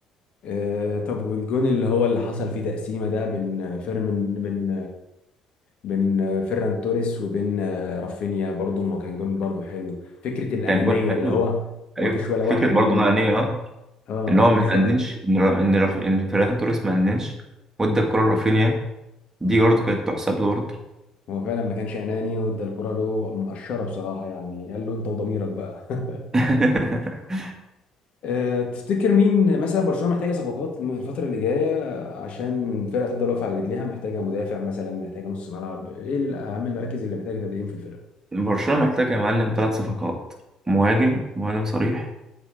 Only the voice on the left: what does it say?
آه طب والجون اللي هو اللي حصل فيه تقسيمه ده بين فيرمين بين بين آه، فيران توريس وبين آه، رافينيا برضه ما كان جون برضه حلو فكره الانانيه
اللي
هو وما
فيش ولا واحد
من
اللي
اه
ما
فيش
واحد
هو فعلا ما كانش اناني وادى الكره له مقشره بصراحه يعني قال له انت وضميرك بقى <laughs>
آه، تفتكر مين مثلا برشلونه محتاجه صفقات الم- الفتره اللي جايه عشان الفرقه تفضل واقفه على رجليها محتاجه مدافع مثلا محتاجه نص ملعب ايه اهم المراكز اللي محتاجه تدعيم في الفرقه